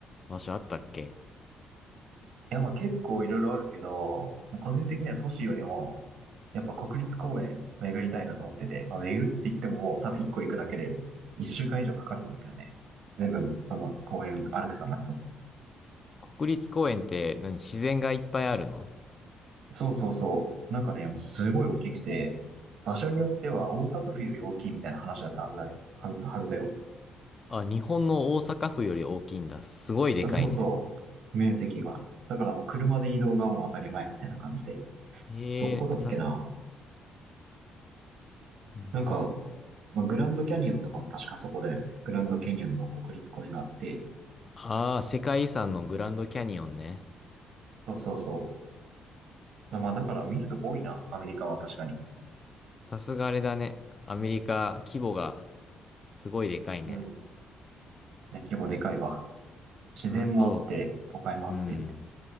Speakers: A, on the left (about 35°); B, on the right (about 75°).
A: 場所あったっけ
B: や、まあ結構いろいろあるけど、個人的には都市よりも、やっぱ国立公園巡りたいなと思ってて、まあ巡るって言ってももう多分1個行くだけで1週間以上かかると思うけどね。全部、その公園歩くとなと
A: 国立公園って何自然がいっぱいあるの
B: そうそうそう。なんかね、すごい大きくて、場所によっては大阪府より大きいみたいな話だったはずだ、はず、はずだよ。
A: あ、日本の大阪府より大きいんだ。すごいでかいね。
B: そうそう。面積が。だからもう車で移動がもう当たり前みたいな感じで。
A: ええさす、
B: どこだっけな
A: うん
B: なんか、まあ、グランドキャニオンとかも確かそこだよね。グランドキャニオンの国立公園があって。
A: ああ、世界遺産のグランドキャニオンね。
B: そうそうそう。だまあだから見るとこ多いな、アメリカは確かに。
A: さすがあれだね。アメリカ、規模がすごいでかいね。
B: うん。ね規模でかいわ。自然もあって、
A: あと、
B: 都会もあって。
A: うん。